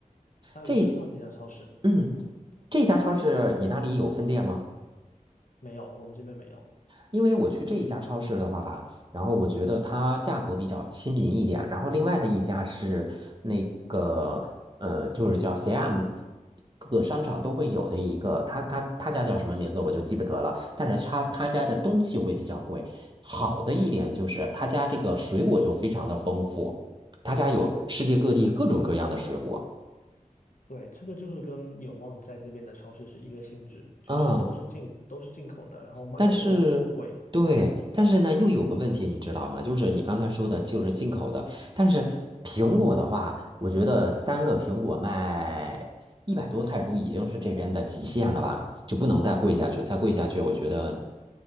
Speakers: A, on the left; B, on the right.
A: 哎，
B: 这一家，
A: 我知道这家超市
B: 嗯，这家超市你那里有分店吗？
A: 没有，我们这边没有。
B: 因为我去这一家超市的话吧，然后我觉得它价格比较亲民一点，然后另外的一家是那个呃，就是叫 CM，各个商场都会有的一个，他他他家叫什么名字我就记不得了，但是他他家的东西会比较贵。好的一点就是他家这个水果就非常的丰富，他家有世界各地各种各样的水果
A: 对，这个就是跟永旺在这边的超市是一个性质，就是都是进都是进口的，
B: 啊。
A: 然后卖的都会比较贵。
B: 但是，对，但是呢，又有个问题，你知道吗？就是你刚才说的，就是进口的。但是苹果的话，我觉得三个苹果卖一百多泰铢已经是这边的极限了吧，就不能再贵下去，再贵下去，我觉得